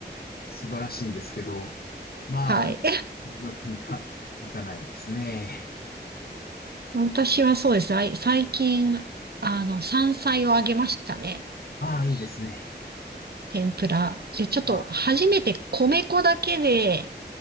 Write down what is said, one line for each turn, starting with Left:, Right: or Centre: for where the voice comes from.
Left: 素晴らしいんですけど、まあ、
Right: はい。
Left: みんな、行かないですね。
Right: 私はそうですね。あい最近、あの、山菜をあげましたね。
Left: ああ、いいですね。
Right: 天ぷら。で、ちょっと初めて米粉だけで
Left: ああ、